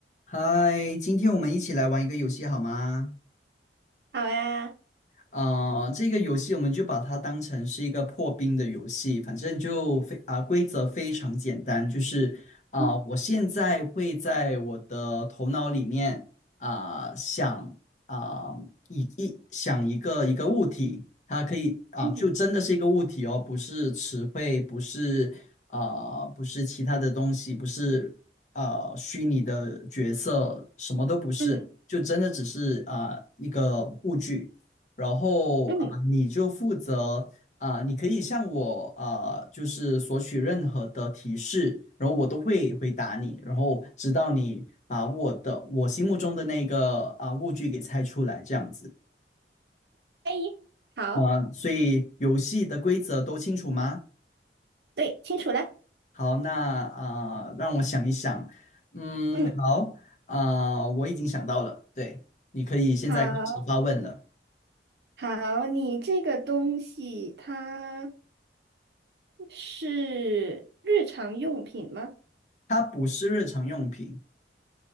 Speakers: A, on the left; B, on the right.
A: 嗨，今天我们一起来玩一个游戏好吗？
B: 好呀，
A: 呃，这个游戏我们就把它当成是一个破冰的游戏，反正就非啊、规则非常简单，就是啊、
B: 嗯
A: 我现在会在我的头脑里面啊、想啊、一一想一个一个物体，它可以啊、
B: 嗯
A: 就真的是一个物体哦，不是词汇，不是啊、不是其他的东西，不是呃虚拟的角色，什么都不是，
B: 嗯，
A: 就真的只是啊、一个物具。然后啊、
B: 嗯，
A: 你就负责啊、你可以向我啊、就是索取任何的提示，然后我都会回答你，然后直到你把我的我心目中的那个啊、物具给猜出来，这样子
B: 可以，好，
A: 啊、所以游戏的规则都清楚吗？
B: 对，清楚了，
A: 好，那啊、让我想一想，嗯，
B: 嗯，
A: 好，啊、我已经想到了，对，你可以现在开始发问了。
B: 好好，你这个东西它是日常用品吗？
A: 它不是日常用品，